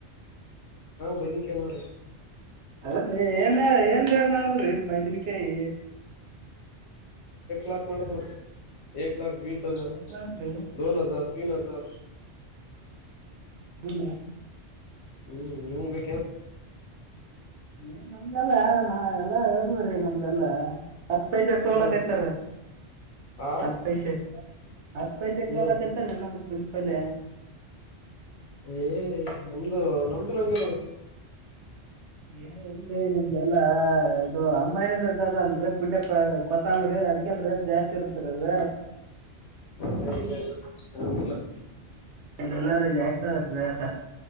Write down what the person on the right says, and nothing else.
ಅದೀ ಏನ್ ಏನ್ ನಡದ್ರಿ ಮದನಕಾಯಿ
ಏಕ್ಲಾಕ್ರಿ
ಬೂನ್ರ
ಏ ನಮ್ದಲ್ಲಾ ನಾ ಎಲ್ಲಾ ಇರ್ದದ್ರಿ ನಮ್ದಲ್ಲಾ ಹತ್ತು ಪೈಸಕ್ ತಗಲಕಯ್ತಾರ
ಹತ್ತು ಪೈಸೆ ಹತ್ತು ಪೈಸೆ ಕೊಲಾಕತ್ತಾರೀ
ನಮಗ್ ಕುಲ್ಪಲ್
ಏ ಇಲ್ರಿ ನಿಮ್ದೆಲ್ಲ ಅದು ಅಮ್ಮನಿದ ಅದ ಅಲ್ರರಿ ಪುಂಡ್ಯ ಪ ಕೊತ್ತಂಬರಿ ಅದಕಲ್ ರೇಟ್ ಜಾಸ್ತಿ ಇರ್ತರಿ ಅದ
ಎಲ್ಲ ಎಲ್ಲಾರ ಜಾಸ್ತಿ ಆದ್ರತ